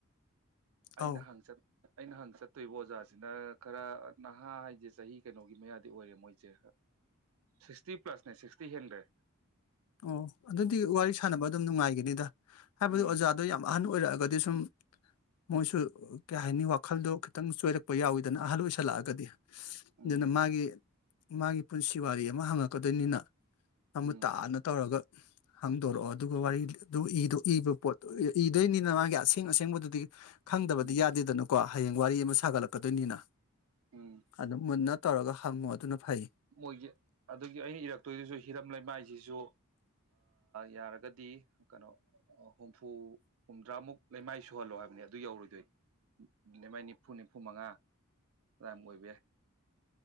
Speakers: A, on the right; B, on the left.
A: ꯑꯩꯅ
B: ꯑꯧ
A: ꯍꯪꯆꯠ ꯑꯩꯅ ꯍꯪ ꯆꯠꯇꯣꯏꯕ ꯑꯣꯖꯥꯁꯤꯅ ꯈꯔ ꯅꯍꯥ ꯍꯥꯏꯁꯦ ꯆꯍꯤ ꯀꯩꯅꯣꯒꯤ ꯃꯌꯥꯗꯤ ꯑꯣꯏꯔꯦ ꯃꯣꯏꯁꯦ ꯁꯤꯛꯁꯇꯤ ꯄ꯭ꯂꯁꯅꯦ ꯁꯤꯛꯁꯇꯤ ꯍꯦꯟꯒ꯭ꯔꯦ
B: ꯑꯣ ꯑꯗꯨꯗꯤ ꯋꯥꯔꯤ ꯁꯥꯟꯅꯕ ꯑꯗꯨꯝ ꯅꯨꯡꯉꯥꯏꯒꯤꯅꯤꯗ ꯍꯥꯏꯕꯗꯤ
A: ꯎꯝ
B: ꯑꯣꯖꯥꯗꯣ ꯌꯥꯝ ꯑꯍꯟ ꯑꯣꯏꯔꯛꯑꯒꯗꯤ ꯁꯨꯝ ꯃꯣꯏꯁꯨ ꯀꯩ ꯍꯥꯏꯅꯤ ꯋꯥꯈꯜꯗꯣ ꯈꯤꯇꯪ ꯆꯣꯏꯔꯛꯄ ꯌꯥꯎꯋꯤꯗꯅ ꯑꯍꯜ ꯑꯣꯏꯁꯜꯂꯛꯑꯒꯗꯤ
A: ꯎꯝ
B: ꯑꯗꯨꯅ ꯃꯥꯒꯤ ꯃꯥꯒꯤ ꯄꯨꯟꯁꯤ ꯋꯥꯔꯤ ꯑꯃ ꯍꯪꯉꯛꯀꯗꯣꯏꯅꯤꯅ ꯃꯃꯨꯠ
A: ꯎꯝ
B: ꯇꯥꯅ ꯒ ꯍꯪꯗꯣꯔꯛꯑꯣ ꯑꯗꯨꯒ ꯋꯥꯔꯤ ꯑꯗꯨꯒ ꯏꯕ ꯄꯣꯠꯇꯣ ꯏꯗꯣꯏꯅꯤꯅ ꯃꯥꯒꯤ ꯑꯁꯦꯡ ꯑꯁꯦꯡꯕꯗꯨꯗꯤ ꯈꯪꯗꯕꯗꯤ
A: ꯎꯝ
B: ꯌꯥꯗꯦꯗꯅꯀꯣ ꯍꯌꯦꯡ ꯋꯥꯔꯤ ꯑꯃ ꯁꯥꯒꯠꯂꯛꯀꯗꯣꯏꯅꯤꯅ
A: ꯎꯝ
B: ꯑꯗꯨꯝ ꯃꯨꯟꯅ ꯇꯧꯔꯒ ꯍꯪꯉꯣ ꯑꯗꯨꯅ ꯐꯩ
A: ꯃꯣꯏꯒꯤ ꯑꯗꯨꯒꯤ ꯑꯩꯅ ꯏꯔꯛꯇꯣꯏꯗꯨꯁꯨ ꯍꯤꯔꯝ ꯂꯩꯃꯥꯏꯁꯤꯁꯨ ꯌꯥꯔꯒꯗꯤ ꯀꯩꯅꯣ ꯑꯣ ꯍꯨꯝꯐꯨ ꯍꯨꯝꯗ꯭ꯔꯥꯃꯨꯛ ꯂꯩꯃꯥꯏ ꯁꯨꯍꯜꯂꯣ ꯍꯥꯏꯕꯅꯦ ꯑꯗꯨ ꯌꯧꯔꯣꯏꯗꯣꯏ ꯂꯩꯃꯥꯏ ꯅꯤꯐꯨ ꯅꯤꯐꯨ ꯃꯉꯥ ꯑꯗꯥꯏꯃꯨꯛ ꯑꯣꯏꯕ ꯌꯥꯏ